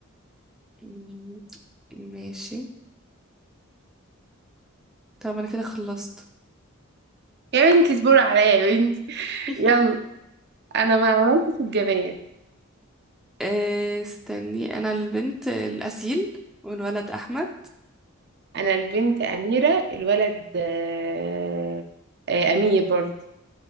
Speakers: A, in the centre; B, on the right.
A: مم، ماشي طب أنا كده خلصت
B: يا بنتي اصبري عليا يا بنتي <laughs>
A: <laughs>
B: يلا أنا ما عملتش الجماد
A: آه، استني انا البنت الاسيل والولد احمد
B: أنا البنت أميرة الولد آه، آه، أمير برضه